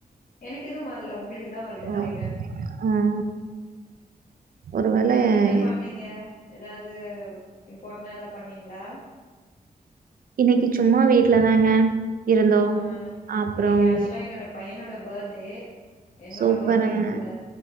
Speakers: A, on the left (about 60°); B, on the right (about 65°).
A: எனக்கு எதுவும் வரல உங்களுக்கு தான் வருதுன்னு
B: ஆ
A: நினைக்கிறே
B: ஆ ஒருவேள
A: இன்னைக்கு என்ன பண்ணீங்க ஏதாவது இது இம்பார்டன் ஏதாவது பண்ணீங்களா
B: இன்னைக்கு சும்மா வீட்ல தாங்க இருந்தோம்
A: ஆ
B: அப்புறம்
A: இன்னைக்கு ஆக்சுவலா என்னோட பையனோட பர்த்டே என்னோட
B: சூப்பர்ங்க
A: பர்த்டேவு கூட